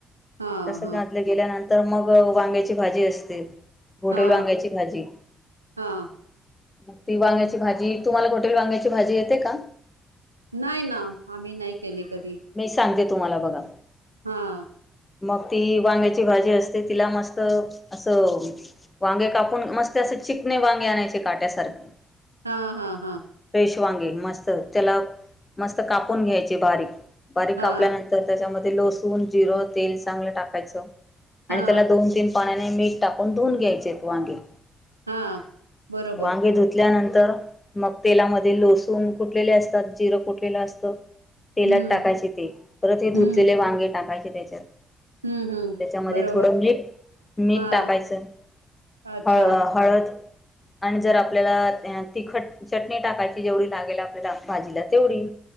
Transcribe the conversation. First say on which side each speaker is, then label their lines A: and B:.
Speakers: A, on the right; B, on the left.
A: हा
B: तसं
A: हा.
B: घातलं गेल्यानंतर मग वांग्याची भाजी असते. होटेल
A: हा
B: वांग्याची भाजी.
A: हा
B: मग ती वांग्याची भाजी तुम्हाला हॉटेल वांग्याची भाजी येते का?
A: नाही ना आम्ही नाही केले कधी.
B: मी सांगते तुम्हाला बघा.
A: हा.
B: मग ती वांग्याची भाजी असते तिला मस्त असं वांगे कापून मस्त असे चिकणे वांगे आणायचे काट्यासारखे.
A: हा हा हा.
B: फ्रेश वांगे मस्त त्याला मस्त कापून घ्यायचे बारीक बारीक
A: हा
B: कापल्यानंतर तर त्याच्यामध्ये लसूण, जिर तेल चांगलं टाकायचं आणि
A: हा
B: त्याला दोन तीन पाण्याने मीठ टाकून धुवून घ्यायचे आहेत वांगे.
A: हा. बरोबर
B: वांगे धुतल्यानंतर मग तेलामध्ये लसण कुठलेले असतात जिरं कुठलेलं असतं तेलात
A: हम्म
B: टाकायचे ते परत हे धुतलेले
A: हम्म
B: वांगे टाकायचे त्याच्यात.
A: हम्म हम्म
B: त्याच्यामध्ये
A: बरोबर
B: थोडं मीठ
A: हा
B: टाकायचं.
A: अच्छा
B: हळ हळद. आणि जर आपल्याला तिखट चटणी टाकायची जेवढी लागेल आपल्याला भाजीला तेवढी.